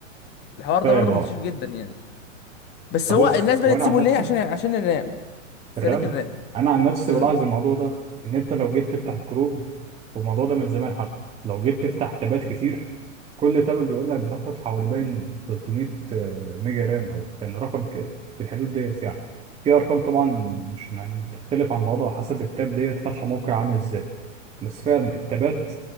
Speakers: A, on the left; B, on the right.
A: الحوار
B: فاهم
A: ده برضه
B: أه
A: منتشر جدا يعني بس
B: طب
A: هو
B: بص
A: الناس بدأت
B: هو أنا
A: تسيبه
B: عن نفسي
A: ليه عشان عشان الرام سلك
B: في الرمي
A: الرام
B: انا عن نفسي
A: امم
B: بلاحظ الموضوع ده ان انت لو جيت تفتح الكروب والموضوع ده من زمان حتى لو جيت تفتح تابات كتير كل تابة بيقول لك بتاخد حوالي باين 300 آه، ميجا رام او كان رقم ك- في الحدود ديت يعني في ارقام طبعا مش يعني بتختلف عن بعضها حسب التاب ديت فاتحه موقع عامل ازاي بس فعلا التابات